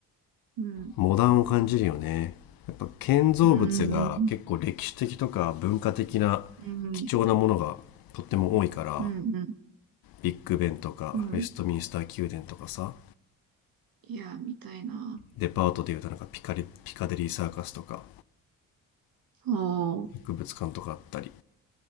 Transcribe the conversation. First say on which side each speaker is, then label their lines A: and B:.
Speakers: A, on the right; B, on the left.
A: うん。
B: モダンを感じるよねやっぱ建造物が結構歴史的とか文化的な
A: うん。うん。
B: 貴重なものがとっても多いから
A: うん。うん。
B: ビッグベンとかウェストミンスター宮殿とかさ
A: うんいやー、見たいな
B: デパートでいうとなんかピカリピカデリーサーカスとか
A: ー。そう。
B: 博物館とかあったり